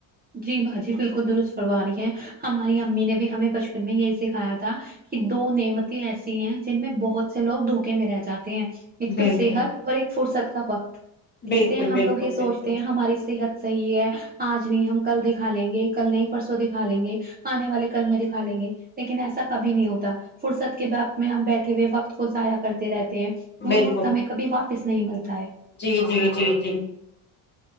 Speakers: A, on the right; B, on the left.
A: جی باجی بالکل درست فرما رہی ہے ہماری امی نے بھی ہمیں بچپن میں یہی سکھایا تھا کہ دو نعمتیں ایسی ہیں جن میں بہت سے لوگ دھوکے میں رہ جاتے ہیں ایک
B: بالکل
A: تو صحت اور ایک فرصت کا وقت کہتے
B: بالکل
A: ہیں ہم
B: بالکل
A: لوگ یہ سوچتے
B: بالکل
A: ہیں ہماری صحت صحیح ہے آج نہیں ہم کل دیکھا لیں گے کل نہیں پرسوں دیکھا لیں گے آنے والے کل میں د کھا لیں گے لیکن ایسا کبھی نہیں ہوتا فرصت کے بق میں ہم بیٹھے ہوئے وقت کو ضائع کرتے رہتے ہیں
B: بالکل
A: وہ وقت ہمیں کبھی واپس نہیں ملتا ہے
B: جی جی جی جی